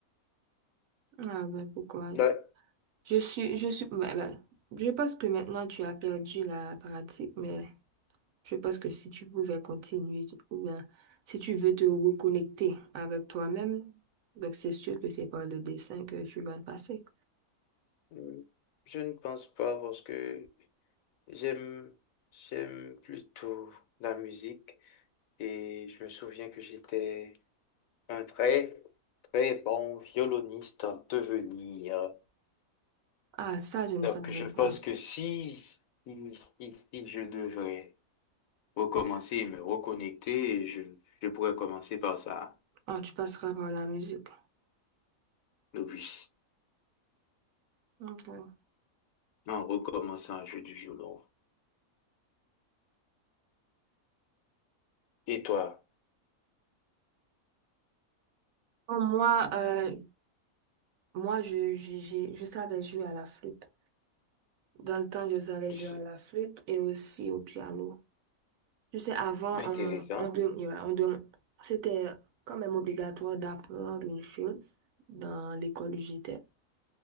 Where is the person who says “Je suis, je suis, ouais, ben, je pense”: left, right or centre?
Right